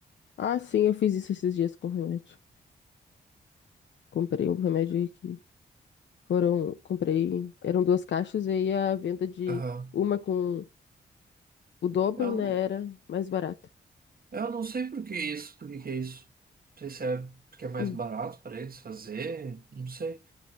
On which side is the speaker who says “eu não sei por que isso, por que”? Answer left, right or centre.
Right